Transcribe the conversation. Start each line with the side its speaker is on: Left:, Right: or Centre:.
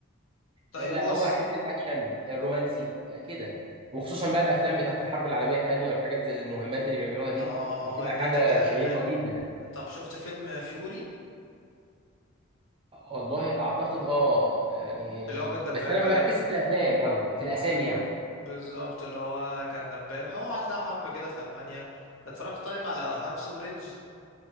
Left: طيب
Right: لا
Left: بص
Right: هو احب الاكشن الرومانسي كده وخصوصا بقى الافلام بتاعت الحرب العالمية التانية والحاجات زي المهمات اللي بيعملوها دي
Left: اه
Right: بتبقى
Left: اه يبقى
Right: حاجة
Left: انت كده
Right: شيقة
Left: أك-
Right: جدا
Left: طب شفت فيلم فيوري
Right: والله اعتقد اه يعني
Left: اللي هو بالدبابة
Right: بس انا ما بركزش في الافلام قوي في الاسامي
Left: ب-
Right: يعني
Left: بالظبط اللي هو كان دبابة هو هتلاقي حرب كده في ألمانيا اتفرجت طيب على هاكسو ريدج